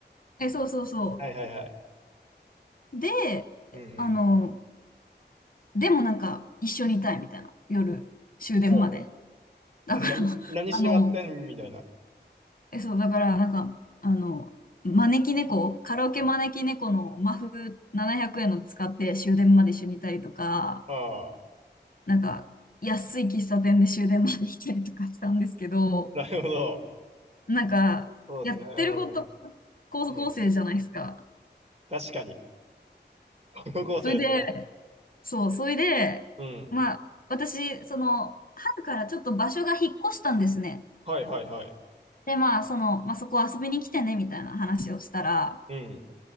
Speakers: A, on the left (about 50°); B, on the right (about 35°).
A: え、そうそうそ
B: はいはいはい。
A: う。で、
B: うんうん。
A: あの、でもなんか一緒にいたいみたいな。夜、終電まで。
B: お
A: だから、
B: 何、
A: <laughs>
B: 何してまってんみたいな。
A: あの、え、そう、だからなんか、あの、招き猫、カラオケ招き猫のマフ700円の使って終電まで一緒にいたりとか、
B: ああ、
A: なんか安い喫茶店で終電まで来たりとかしたんですけど、
B: なるほど。
A: なんかやってること
B: そうですね。うん。
A: 高校生じゃないですか。
B: うん。確かに。高校生ですね。
A: それで、そう、それで、
B: うん。
A: まあ、私、その、春からちょっと場所が引っ越したんですね。
B: はいはいはい。
A: で、まあ、その、まあ、そこ遊びに来てね、みたいな話をしたら、
B: うん。